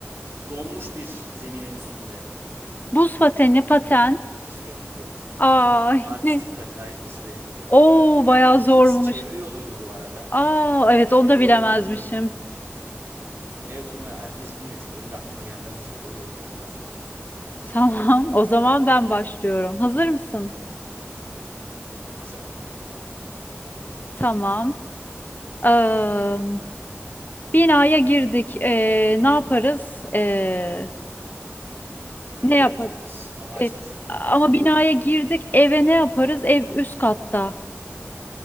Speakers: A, on the right (about 60°); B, on the left (about 40°).
A: donmuş bir zeminin üstünde.
B: buz pateni, paten.
A: Ay süre bitti.
B: Ay.
A: Artistik
B: <laughs> ne?
A: patinaj da süre bitti.
B: Oo bayağı
A: İkincisi
B: zormuş.
A: çevre yoluydu bu arada.
B: Aa evet
A: Çevre
B: onu da
A: yolunun
B: bilemezmişim.
A: anlamını evet onu herkes bilmiyor çünkü benim de aklıma gelmezdi çevre yolu o yüzden pas dedim.
B: Tamam, o zaman ben başlıyorum. Hazır mısın?
A: Hazırım.
B: Tamam. Eee, binaya girdik. Eee, ne yaparız? Eee,
A: Kapıyı
B: ne yaparız?
A: açarız ama açtık
B: E,
A: zaten
B: ama
A: girdik.
B: binaya girdik. Eve ne yaparız? Ev üst katta.